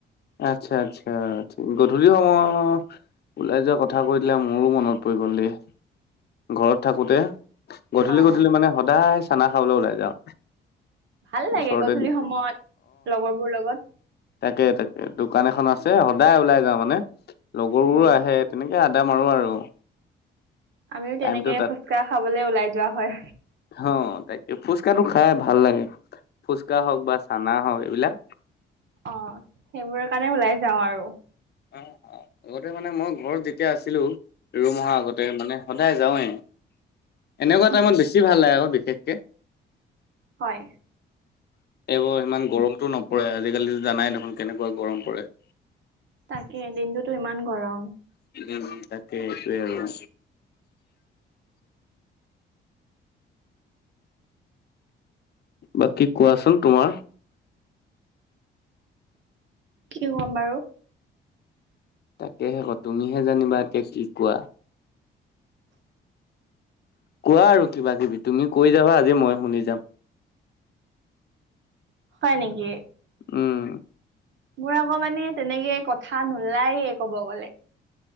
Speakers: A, on the left (about 55°); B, on the right (about 65°).
A: আচ্ছা-আচ্ছা' অঁ' গধূলি সময়ৰ ওলাই যোৱা কথা কৈ দিলে মোৰো মনত পৰি গ'ল দেই, ঘৰত থাকোতে। গধূলি
B: অঁ
A: গধূলি মানে সদায় চানা খাবলৈ ওলাই যাওঁ।
B: ভাল লাগে
A: ওচৰতে
B: গধূলি সময়ত লগৰ বোৰ লগত
A: তাকে-তাকে, দোকান এখন আছে সদায় ওলাই যাওঁ মানে লগৰবোৰো
B: উম
A: আহে। তেনেকে আদ্দা মাৰো আৰু।
B: আমিও তেনেকে
A: টাইমটো
B: ফুচকা খাবলে ওলাই যোৱা হয়।
A: অঁ, তাকে, ফুচকাটো খাই ভাল লাগে। ফুচকা হওক বা চানা হওক এইবিলাক।
B: অ, সেইবোৰ কাৰণে ওলাই যাওঁ আৰু।
A: অঁ অঁ, আগতে মানে মই ঘৰত যেতিয়া আছিলো ৰোম অহা আগতে মানে- সদায় যাওঁৱেই। এনেকুৱা
B: অঁ
A: টাইমত বেছি ভাল লাগে বিশেষকে।
B: হয়।
A: এইবোৰ ইমান গৰমটো নপৰে, আজিকালিতো জানাই দেখোন কেনেকুৱা গৰম পৰে।
B: তাকে, দিনটোতো ইমান গৰম।
A: উমঁ', তাকে, এইটোৱেই আৰু। বাকী কোৱাচোন তোমাৰ?
B: কি ক'ম বাৰু?
A: তাকেহে ক' তুমিহে জানিবা এতিয়া কি কোৱা। কোৱা আৰু কিবা কিবি, তুমি কৈ যাবা আজি মই শুনি যাম।
B: হয় নেকি?
A: উমঁ'।
B: মোৰ আকৌ মানে তেনেকে কথা নোলায়ে ক'ব গ'লে।